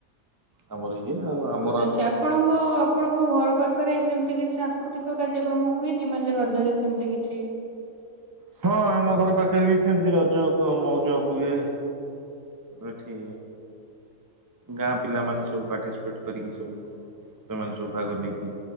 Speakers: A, on the right; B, on the right.
A: ଆମର ଏଇ। ଦିଅ ଆଉ ଆମ।
B: ଆଛା ଆପଣ ହୁ ଆପଣଙ୍କ ଘର ପାଖରେ ସେମିତି କିଛି ସାଂସ୍କୃତିକ କାର୍ଯ୍ୟକ୍ରମ ହୁଏନି ମାନେ ରଜରେ ସେମତି କିଛି
A: ହଁ ଆମ ଘର ପାଖରେ ବି ସେମିତି ରଜ ମଉଜ ହୁଏ ଏଠି ଗାଁ ପିଲାମାନୋ ସବୁ ପାର୍ଟିସିପେଟ କରିକି ସବୁ ସେମାନେ ସବୁ ଭାଗ ନେଇକି